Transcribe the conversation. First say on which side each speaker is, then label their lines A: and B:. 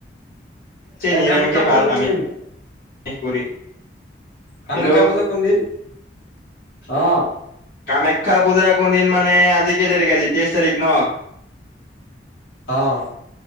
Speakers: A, on the left; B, on the left.
A: এই
B: নিৰামিষে
A: কামাখ্যা পূজা
B: ভাল
A: কোন
B: আমিষ
A: দিন।
B: কৰি
A: কামাখ্যা
B: হেল্ল'
A: পূজা কোন দিন অ',
B: কামাখ্যা পূজাৰ কোনদিন মানে আজি কেই তাৰিখ আজি তেইশ তাৰিখ ন।
A: অ',